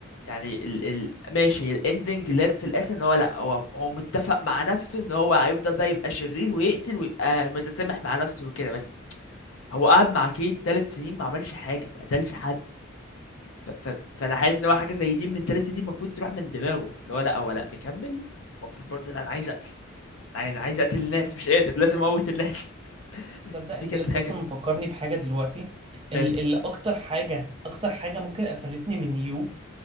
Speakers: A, on the left; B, on the right.
A: يعني ال ال ماشي هي الاندنج لاد في الاخر ان هو لا هو هو متفق مع نفسه ان هو هيفضل بقى يبقى شرير ويقتل ويبقى متسامح مع نفسه وكده بس هو قعد مع كيت تلات سنين ما عملش حاجه ما قتلش حد ف ف فانا حاسس ان هو حاجه زي دي المنتاليتي دي المفروض تروح من دماغه اللي هو لا هو لا مكمل المفروض برضه لا انا عايز اقتل لا انا عايز اقتل الناس مش قادر لازم اموت الناس <laughs>
B: تصدق
A: دي
B: انت
A: كانت
B: لسه
A: حاجه
B: اصلا مفكرني بحاجه دلوقتي ال-
A: ايه
B: اللي اكتر حاجه اكتر حاجه ممكن قفلتني من يو